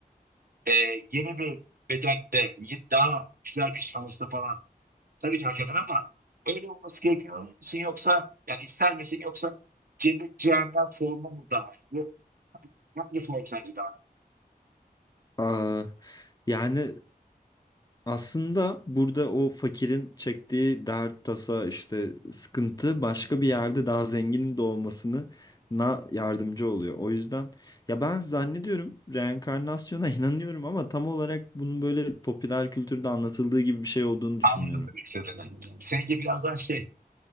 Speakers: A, on the right (about 65°); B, on the left (about 25°).
A: Ee, yeni bir bedende y- daha güzel bir şansla falan Tabii ki hak eder ama öyle olması gerekiyor musun yoksa yani ister misin yoksa cennet cehennem formu mu daha iyi? Hangi form sence daha iyi?
B: Aa, yani Aslında burada o fakirin çektiği dert, tasa, işte sıkıntı başka bir yerde daha zenginin doğmasına yardımcı oluyor. O yüzden ya ben zannediyorum reenkarnasyona <laughs> inanıyorum ama tam olarak bunun böyle popüler kültürde anlatıldığı gibi bir şey olduğunu düşünmüyorum.
A: Anladım demek istediğini. Seninki biraz daha şey